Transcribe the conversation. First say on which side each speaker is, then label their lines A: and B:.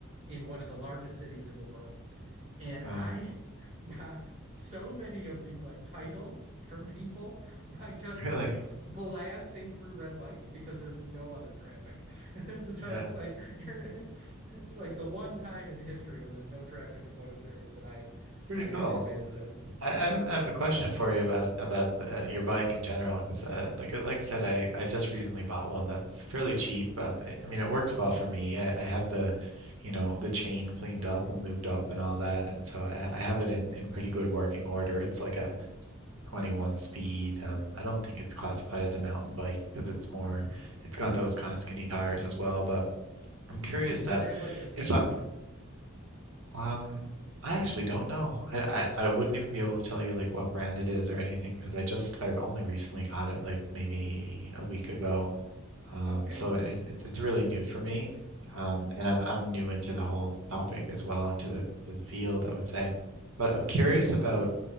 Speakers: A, on the right; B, on the right.
A: in one of the largest cities in the world, and I
B: wow,
A: <laughs> got so many of these like titles from people <laughs> by just
B: <laughs>
A: like
B: really?
A: blasting through red lights because there's no other traffic. <laughs> so
B: Yeah,
A: it's like you're, <laughs> it's like the one time in history when there's no traffic in Buenos Aires, and I
B: it's pretty
A: I took
B: cool.
A: advantage of it.
B: I I
A: But
B: have, I have a question for you about about uh, your bike in general, because uh, like uh, like I said, I, I just recently bought one that's fairly cheap. Um, I I mean, it works well for me. I, I have the, you know, the chain cleaned up and lubed up and all that, and so I, I have it in in pretty good working order. It's like a 21 speed. Um, I don't think it's classified as a mountain bike because it's more, it's got those kind of skinny tires as well. But I'm curious
A: hmm Does
B: that
A: it have like a suspension?
B: if um, I actually don't know. I, I, I wouldn't
A: Hmm.
B: even be able to tell you like what brand it is or anything because I just I only recently got it like maybe a week ago. Um,
A: Oh, okay.
B: so it, it's it's really new for me. Um, and I'm I'm new into the whole topic as well into the to the field I would say. But I'm curious about